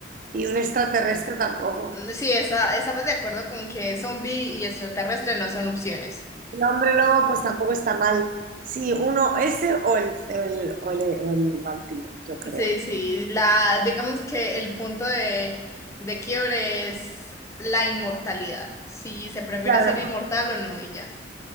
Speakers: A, on the right; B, on the left.
A: Y un extraterrestre tampoco.
B: Mm, Sí, esa, estamos de acuerdo con que zombie y extraterrestre no son opciones.
A: El hombre lobo, pues tampoco está mal. Sí, uno, ese o el, o el- o el- o el vampiro, yo creo.
B: Sí, sí, la, digamos que el punto de, de quiebre es la inmortalidad, si se prefiere
A: Claro,
B: ser inmortal o no, y ya.